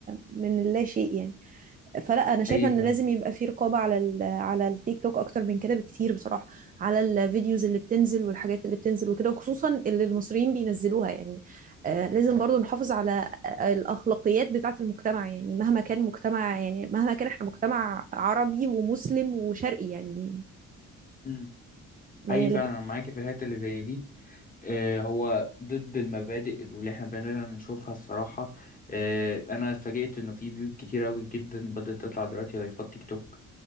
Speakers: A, on the right (about 25°); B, on the left (about 25°).
A: من اللا شيء يعني فلا انا شايفه
B: حقيقي
A: ان
B: فعلا
A: لازم يبقى في رقابه على ال على التيك توك اكتر من كده بكتير بصراحه على الفيديوز اللي بتنزل والحاجات اللي بتنزل وكده وخصوصا اللي المصريين بينزلوها يعني آه لازم برضو نحافظ على آه، الاخلاقيات بتاعه المجتمع يعني مهما كان مجتمع يعني مهما كان احنا مجتمع عربي ومسلم وشرقي يعني
B: امم
A: يعني
B: حقيقي فعلا انا معاكي في الحتة اللي زي دي آه، هو ضد المبادئ واللي احنا بنقدر نشوفها الصراحة آه، انا اتفاجئت انه في بيوت كتير اوي جدا بدأت تطلع دلوقتي لايفات تيك توك